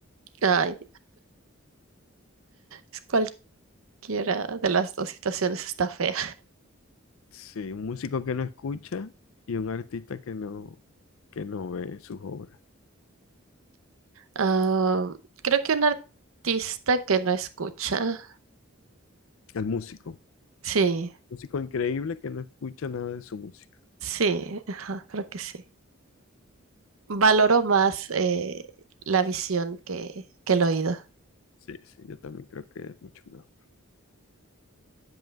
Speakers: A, on the right (about 75°); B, on the left (about 70°).
A: Ay, es cualquiera de las dos situaciones está fea.
B: Sí, un músico que no escucha y un artista que no, que no ve sus obras.
A: Ah, creo que un artista que no escucha.
B: El músico.
A: Sí.
B: Músico increíble que no escucha nada de su música.
A: Sí, ajá, creo que sí. Valoro más eh, la visión que, que el oído.
B: Sí, sí, yo también creo que es mucho mejor.